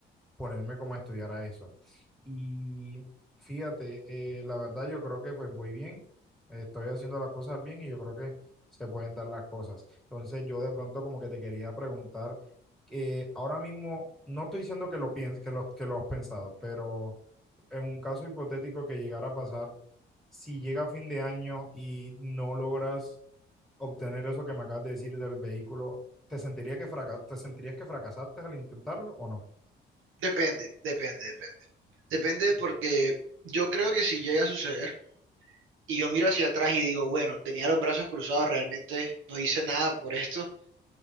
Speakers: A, in the centre; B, on the right.
A: ponerme como a estudiar a eso. Y fíjate, eh, la verdad yo creo que, pues, voy bien, estoy haciendo las cosas bien y yo creo que se pueden dar las cosas. Entonces yo de pronto como que te quería preguntar, que ahora mismo, no estoy diciendo que lo pienses, que lo, que lo has pensado, pero en un caso hipotético que llegara a pasar, si llega a fin de año y no logras obtener eso que me acabas de decir del vehículo, ¿te sentiría que fraca- te sentirías que fracasaste al intentarlo o no?
B: depende, depende, depende. Depende porque yo creo que si llega a suceder y yo miro hacia atrás y digo, bueno, tenía los brazos cruzados, realmente no hice nada por esto,